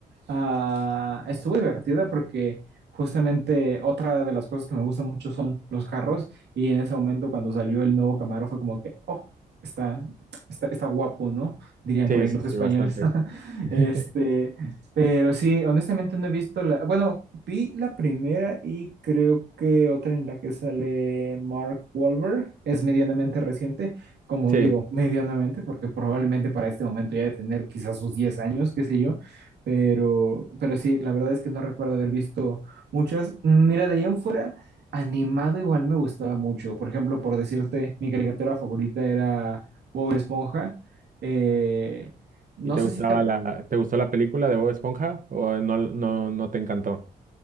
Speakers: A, on the right; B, on the right.
A: Ah, estuvo divertida porque justamente otra de las cosas que me gustan mucho son los carros y en ese momento cuando salió el nuevo Camaro fue como que, oh, está, está, está guapo, ¿no? Dirían
B: Sí,
A: por ahí
B: sí,
A: los
B: sí,
A: españoles.
B: bastante.
A: <laughs>
B: <laughs>
A: Este, pero sí, honestamente no he visto la, bueno, vi la primera y creo que otra en la que sale Mark Wahlberg es medianamente reciente, como
B: Sí.
A: digo, medianamente, porque probablemente para este momento ya de tener quizás sus 10 años, qué sé yo pero, pero sí, la verdad es que no recuerdo haber visto muchas. Mira, de ahí en fuera, animado igual me gustaba mucho. Por ejemplo, por decirte, mi caricatura favorita era Bob Esponja. Eh, no
B: ¿Y te
A: sé
B: gustaba
A: si te,
B: la, te gustó la película de Bob Esponja o no, no, no te encantó?